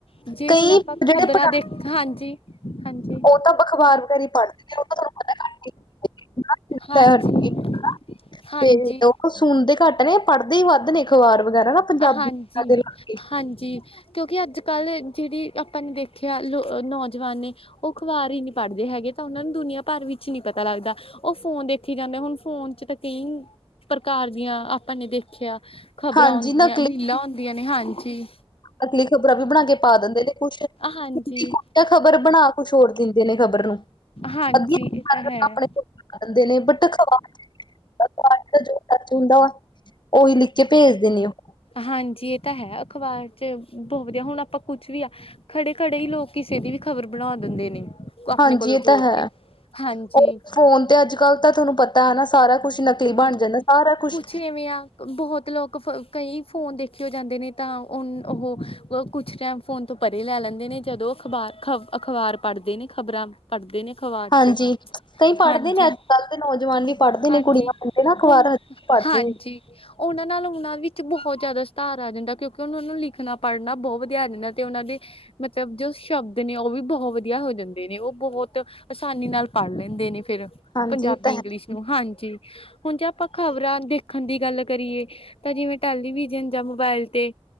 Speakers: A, on the left (about 65°); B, on the left (about 50°).
A: ਜੇ
B: ਕਈ
A: ਹੁਣ ਆਪਾਂ ਖ਼ਬਰਾਂ
B: ਜਿਹੜੇ ਪਟਾ
A: ਦੇਖ ਹਾਂਜੀ ਹਾਂਜੀ
B: ਉਹ ਤਾਂ ਬਖਵਾਰ <unintelligible> <unintelligible>
A: ਹਾਂਜੀ ਹਾਂਜੀ
B: ਉਹ ਸੁਣਦੇ ਘੱਟ ਨੇ ਪੜ੍ਹਦੇ ਹੀ ਵੱਧ ਨੇ ਅਖ਼ਬਾਰ ਵਗੈਰਾ ਨਾ ਪੰਜਾਬੀ
A: ਹਾਂਜੀ
B: ਦੇ ਲਾ ਕੇ
A: ਹਾਂਜੀ ਕਿਉਂਕਿ ਅੱਜ ਕੱਲ ਜਿਹੜੀ ਆਪਾਂ ਨੇ ਦੇਖਿਆ ਲੋ ਨੌਜਵਾਨ ਨੇ ਉਹ ਅਖ਼ਬਾਰ ਹੀ ਨਹੀਂ ਪੜ੍ਹਦੇ ਹੈਗੇ ਤਾਂ ਉਹਨਾਂ ਨੂੰ ਦੁਨੀਆਂ ਭਰ ਵਿੱਚ ਨਹੀਂ ਪਤਾ ਲੱਗਦਾ ਉਹ ਫੋਨ ਦੇਖੀ ਜਾਂਦੇ ਹੁਣ ਫੋਨ ਚ ਤਾਂ ਕਈ ਪ੍ਰਕਾਰ ਦੀਆਂ ਆਪਾਂ ਨੇ ਦੇਖਿਆ ਖ਼ਬਰਾਂ
B: ਹਾਂਜੀ
A: ਆਉਂਦੀਆਂ
B: ਨਾ
A: ਰੀਲਾਂ ਹੁੰਦੀਆਂ ਨੇ ਹਾਂਜੀ
B: <unintelligible> ਖ਼ਬਰਾਂ ਵੀ ਬਣਾ ਕੇ ਪਾ ਦਿੰਦੇ ਤੇ ਕੁੱਛ
A: ਹਾਂਜੀ
B: <unintelligible> ਖ਼ਬਰ ਬਣਾ ਕੁੱਛ ਹੋਰ ਦਿੰਦੇ ਨੇ ਖ਼ਬਰ ਨੂੰ
A: ਹਾਂਜੀ
B: ਅੱਧੀਆਂ <unintelligible>
A: ਇਹ ਤਾਂ ਹੈ
B: ਆਂਦੇ ਨੇ ਬਟ ਖਵਾ <unintelligible> ਹੁੰਦਾ ਉਹੀ ਲਿਖ ਕੇ ਭੇਜ ਦੇਣੇ ਹੋ
A: ਹਾਂਜੀ ਇਹ ਤਾਂ ਹੈ ਅਖਬਾਰ ਚ ਬਹੁਤ ਵਧੀਆ ਹੁਣ ਆਪਾਂ ਕੁੱਛ ਵੀ ਆ ਖੜੇ ਖੜੇ ਹੀ ਲੋਕ ਕਿਸੇ ਦੀ ਵੀ ਖ਼ਬਰ ਬਣਾ ਦਿੰਦੇ ਨੇ ਆਪਣੇ
B: ਹਾਂਜੀ
A: ਕੋਲੋਂ
B: ਇਹ
A: ਜੋੜ
B: ਤਾਂ ਹੈ
A: ਕੇ ਹਾਂਜੀ
B: ਉਹ ਫੋਨ ਤੇ ਅੱਜ ਕੱਲ੍ਹ ਤਾਂ ਤੁਹਾਨੂੰ ਪਤਾ ਹੈ ਨਾ ਸਾਰਾ ਕੁੱਛ ਨਕਲੀ
A: ਹਾਂ
B: ਬਣ ਜਾਂਦਾ ਸਾਰਾ ਕੁੱਛ
A: ਕੁਛ ਐਵੇਂ ਆ ਬਹੁਤ ਲੋਕ ਫ ਕਈ ਫੋਨ ਦੇਖੇਓ ਜਾਂਦੇ ਨੇ ਤਾਂ ਉਹਨ ਉਹ ਕੁੱਛ ਟੈਮ ਫ਼ੋਨ ਤੋਂ ਪਰੇ ਲੈ ਲੈਂਦੇ ਨੇ ਜਦੋਂ ਅਖਬਾਰ ਖਬ ਅਖਬਾਰ ਪੜ੍ਹਦੇ ਨੇ ਖ਼ਬਰਾਂ ਪੜਦੇ ਨੇ ਅਖਵਾਰ
B: ਹਾਂਜੀ
A: ਚ
B: ਕਈ ਪੜ੍ਹਦੇ
A: ਹਾਂਜੀ
B: ਨੇ ਅੱਜ ਕੱਲ੍ਹ ਦੇ ਨੌਜਵਾਨ ਵੀ ਪੜ੍ਹਦੇ
A: ਹਾਂਜੀ
B: ਨੇ ਕੁੜੀਆਂ ਮੁੰਡੇ ਨਾ ਅਖ਼ਬਾਰ
A: ਹੁਣ
B: ਹਜੇ ਪੜ੍ਹਦੇ
A: ਹਾਂਜੀ
B: ਨੇ
A: ਉਹਨਾਂ ਨਾਲ ਉਹਨਾਂ ਵਿੱਚ ਬਹੁਤ ਜ਼ਿਆਦਾ ਸੁਧਾਰ ਆ ਜਾਂਦਾ ਕਿਉਂਕਿ ਉਹਨੂੰ ਉਹਨੂੰ ਲਿਖਣਾ ਪੜ੍ਹਨਾ ਬਹੁਤ ਵਧੀਆ ਆ ਜਾਂਦਾ ਤੇ ਉਹਨਾਂ ਦੇ ਮਤਲਬ ਜੋ ਸ਼ਬਦ ਨੇ ਉਹ ਵੀ ਬਹੁਤ ਵਧੀਆ ਹੋ ਜਾਂਦੇ ਨੇ ਉਹ ਬਹੁਤ ਅਸਾਨੀ ਨਾਲ ਪੜ੍ਹ ਲੈਂਦੇ ਨੇ ਫਿਰ
B: ਹਾਂਜੀ
A: ਪੰਜਾਬੀ
B: ਇਹ ਤਾਂ
A: ਇੰਗਲਿਸ਼
B: ਹੈ
A: ਨੂੰ ਹਾਂਜੀ ਹੁਣ ਜੇ ਆਪਾਂ ਖ਼ਬਰਾਂ ਦੇਖਣ ਦੀ ਗੱਲ ਕਰੀਏ ਤਾਂ ਜਿਵੇਂ ਟੈਲੀਵਿਜ਼ਨ ਜਾਂ ਮੋਬਾਇਲ ਤੇ